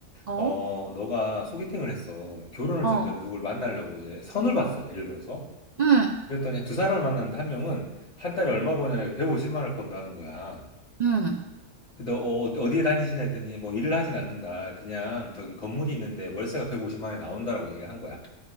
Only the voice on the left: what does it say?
어, 너가 소개팅을 했어. 결혼을
전제로 누굴 만나려고 이제 선을 봤어. 예를 들어서.
그랬더니 두 사람을 만났는데 한 명은 한 달에 얼마 버냐 150만 원을 번다는 거야.
근데 어, 어디에 다니시냐 했더니 뭐 일을 하진 않는다. 그냥 저기 건물이 있는데 월세가 150만 원이 나온다라고 얘기를 한 거야.